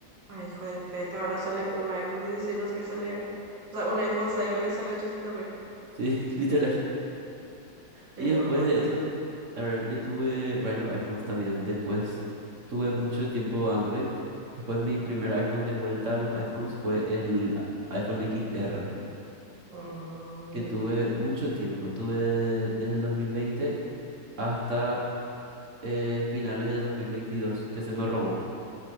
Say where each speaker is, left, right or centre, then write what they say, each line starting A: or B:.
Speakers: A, on the right; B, on the right.
A: Ay, hijo de peta, ahora sale un iPhone 16 no sé qué sale. O sea, un iPhone 6 lo que sale 800 mil.
B: Sí, <laughs> literal.
A: Qué
B: Y
A: loco.
B: después de eso, a ver, yo tuve varios iPhones también. Después tuve mucho tiempo Android. Después mi primer iPhone de vuelta a los iPhones fue el iPhone XR,
A: Mm.
B: que tuve mucho tiempo. Tuve desde el 2020 hasta eh, finales del 2022, que se me robó.